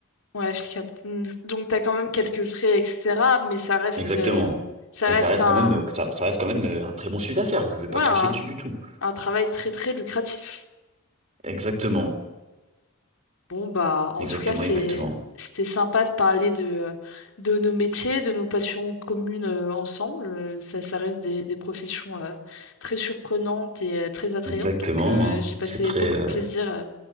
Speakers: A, on the left (about 70°); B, on the right (about 30°).
A: Ouais, je capte. Mm, Donc t'as quand même quelques frais, etc. Mais ça reste,
B: Exactement.
A: euh, ça
B: Mais
A: reste
B: ça reste
A: un,
B: quand même, euh, ça, ça reste quand même euh, un très bon chiffre d'affaires. Je ne vais pas
A: ouais,
B: cracher
A: un,
B: dessus du tout.
A: un travail très très lucratif.
B: Exactement.
A: Bon bah, en
B: Exactement,
A: tout cas, c'est,
B: exactement.
A: c'était sympa de parler de, euh, de nos métiers, de nos passions communes euh, ensemble. Euh, Ça, ça reste des, des professions euh, très surprenantes et euh, très attrayantes.
B: Exactement,
A: Donc euh,
B: hein.
A: j'ai passé
B: C'est très,
A: beaucoup
B: euh,
A: de plaisir euh,